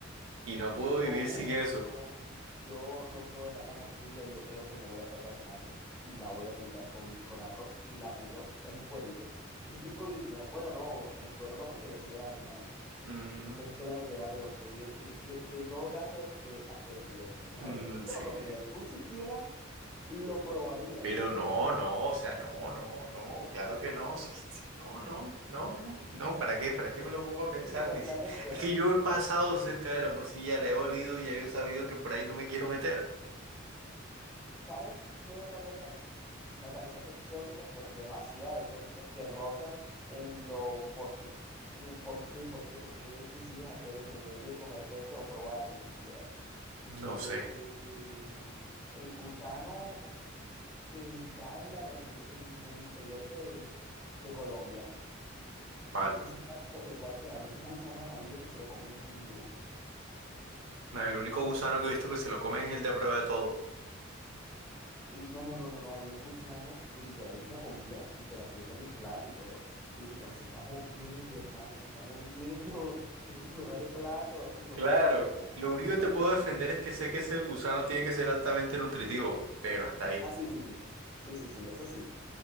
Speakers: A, on the right; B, in the centre.
A: y no pudo
B: Y dijo,
A: vivir
B: uff,
A: sin eso.
B: no, yo no puedo dejar la morcilla, yo creo que me voy a sacar sangre y la voy a fritar con, con arroz y la meto en cuerito. <laughs> Uy, no, bueno, no, en cuero no porque ya sería animal.
A: Mm,
B: No sé en qué la meterá, pero que, en- de, de todo caso, qué asquerosidad, la
A: mm,
B: verdad. ¿Tú te
A: sí.
B: lo comerías? ¿Tú siquiera lo probarías?
A: Pero
B: Un
A: no,
B: pedazo,
A: no, o sea, no, no, no, claro que no. sí, sí, no, no, no, no, no, ¿para qué? ¿Para qué me lo pongo a pensar?
B: ni por
A: Ni si...
B: la anécdota.
A: Es que yo he pasado cerca de la morcilla, la he olido y ya yo he sabido que por ahí no me quiero meter.
B: ¿Sabes qué otra cosa me parece exótica? Bueno, demasiado exótica que rosa en lo por qué. En el por qué, por qué, por qué decides hacer eso, por qué decides comerte eso o probarlo siquiera. Eh,
A: No sé.
B: el, el gusano que está en la regi- en el interior del, de Colombia.
A: vale.
B: No sé si sabes cu- de cuál te hablo. Es un gusano amarillo que se lo comen vivo.
A: No, el único gusano que he visto que se lo comen es el de a prueba de todo.
B: Y no, no, no, no, no, hay un gusano que literal es una comida y te la sirven en plato y todo. que El gusano se está moviendo, hermano, se está moviendo <laughs> en ese hijo de madre plato y lo
A: Claro,
B: cogen y es como,
A: lo único
B: es como
A: que te puedo
B: gordito.
A: defender es que sé que ese gusano tiene que ser altamente nutritivo, pero hasta ahí.
B: Ah, sí, sí, sí. Sí, sí, sí, eso sí.